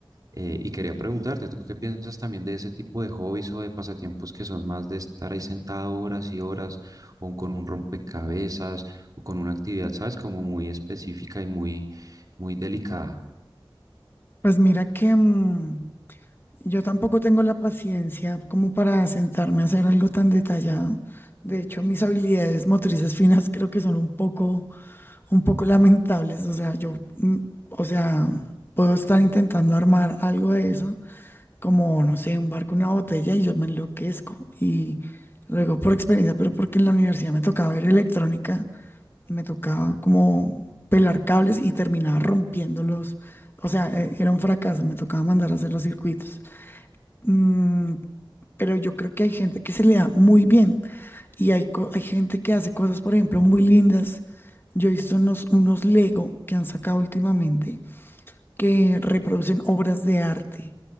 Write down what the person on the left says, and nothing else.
Pues mira que... mm, Yo tampoco tengo la paciencia como para sentarme a hacer algo tan detallado. De hecho, mis habilidades motrices finas creo que son un poco, un poco lamentables. O sea, yo, mm, o sea, puedo estar intentando armar algo de eso, como, no sé, un barco, una botella, y yo me enloquezco. Y luego por experiencia, pero porque en la universidad me tocaba ver electrónica, me tocaba como pelar cables y terminaba rompiéndolos. O sea, e- era un fracaso, me tocaba mandar a hacer los circuitos. Mm, pero yo creo que hay gente que se le da muy bien y hay, co- hay gente que hace cosas, por ejemplo, muy lindas. Yo he visto unos, unos Lego que han sacado últimamente que reproducen obras de arte,